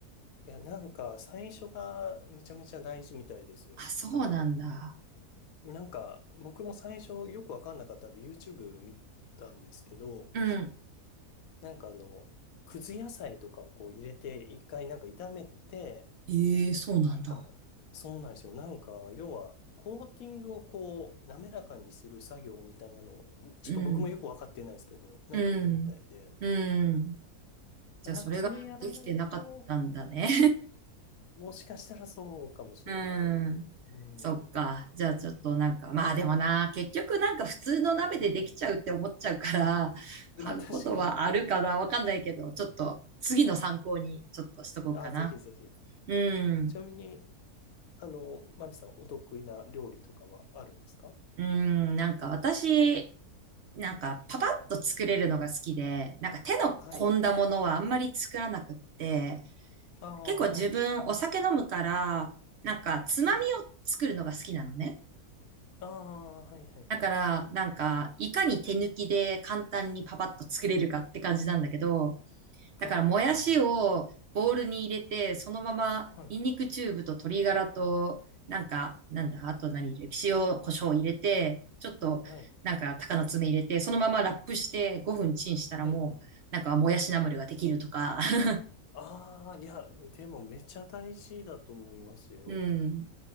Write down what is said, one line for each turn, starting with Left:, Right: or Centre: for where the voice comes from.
Left: いや、なんか最初がめちゃめちゃ大事みたいですよ。
Right: あ、そうなんだ。
Left: あの、なんか、僕も最初よくわかんなかったんで YouTube 見たんですけど、
Right: うん。
Left: なんかあの、くず野菜とかをこう入れて、一回なんか炒めて、
Right: ええ、そうなんだ。
Left: なんか、そうなんですよ。なんか、要は、コーティングをこう、滑らかにする作業みたいなのを、ちょっと僕もよくわかってないですけど、
Right: うん。
Left: なんかいるみたいで、
Right: うん。うん。
Left: だなんかそれやらないと、
Right: じゃあ、それができてなかったんだね。
Left: もしかしたらそうかもしれない。
Right: <laughs> うん。
Left: う
Right: そっか。
Left: ん。は
Right: じゃあ、ちょっとなんか、まあでもな、結局なんか普通の鍋でできちゃうって思っちゃうから、
Left: い。
Right: <laughs> 買うことはあるかなわかんないけど、
Left: まあ確かに。
Right: ちょっと次の参考にちょっとしとこうかな。
Left: あ、ぜひぜひ。
Right: うん。
Left: ちなみに、あの、マミさん、お得意な料理とかはあるんですか
Right: うん。なんか私、なんかパパッと作れるのが好きで、なんか手の込んだものはあんまり作らなくって、
Left: はい。ああ、
Right: 結構自分お酒飲むから、
Left: はい。
Right: なんかつまみを作るのが好きなのね。
Left: はい。ああ、はい、はい、
Right: だから、
Left: はい。
Right: なんか、いかに手抜きで簡単にパパッと作れるかって感じなんだけど、だから、
Left: ああ、
Right: もやしをボウルに入れて、そのまま、
Left: はい、
Right: ニンニクチューブと鶏ガラと、なんか、なんだ、あと何入れる塩、胡椒入れて、ちょっと、
Left: はい、
Right: なんか、鷹の爪入れて、そのままラップして5分チンしたらもう、
Left: はい、はい。
Right: なんか、もやしナムルができるとか、<laughs>
Left: ああ、いや、でもめちゃ大事だと思いますよ。
Right: うん。